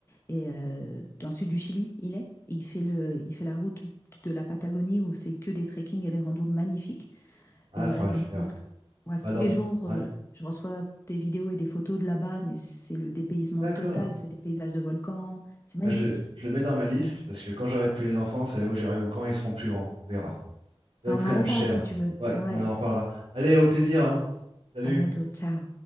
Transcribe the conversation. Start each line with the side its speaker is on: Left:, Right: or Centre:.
Left: et heu, dans le sud du Chili, il est. Et Il fait le il fait la route de la Patagonie où c'est que des trekking et des randos magnifiques
Right: Ah,
Left: et voilà
Right: faudra
Left: donc,
Right: le faire.
Left: heu, bref,
Right: Pas
Left: tous
Right: dans...
Left: les jours,
Right: Ouais,
Left: heu, je reçois des vidéos et des photos de là-bas, mais c'est le dépaysement
Right: d'accord.
Left: total, c'est des paysages de volcans, c'est magnifique.
Right: Bah, je le, je le mets dans ma liste parce que quand j'aurai plus les enfants, c'est là où j'irai ou quand ils seront plus grands. On verra. Ça doit
Left: Bah,
Right: être
Left: on
Right: quand
Left: en
Right: même
Left: reparle
Right: cher.
Left: si tu veux.
Right: Ouais,
Left: Ouais,
Right: on en reparlera. Allez, au plaisir, hein. Salut.
Left: à bientôt, ciao.